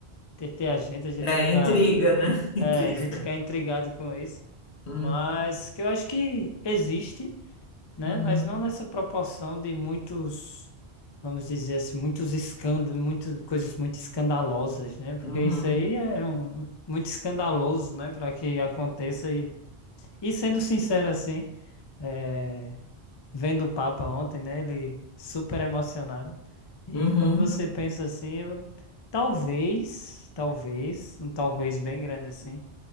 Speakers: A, on the left; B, on the left.
A: entreter a gente, a gente
B: É,
A: ficar,
B: intriga, né? <laughs> Intriga.
A: é, a gente ficar intrigado com isso.
B: Uhum,
A: Mas que eu acho que existe né?
B: uhum,
A: Mas não nessa proporção de muitos, vamos dizer assim, muitos escândalos, muitas coisas muito escandalosas, né? Porque
B: uhum,
A: isso aí é um, muito escandaloso, né? Para que aconteça e, e sendo sincero assim, é, vendo o Papa ontem, né? Ele super emocionado. E
B: uhum,
A: quando você pensa assim, eu- talvez, talvez, um talvez bem grande assim,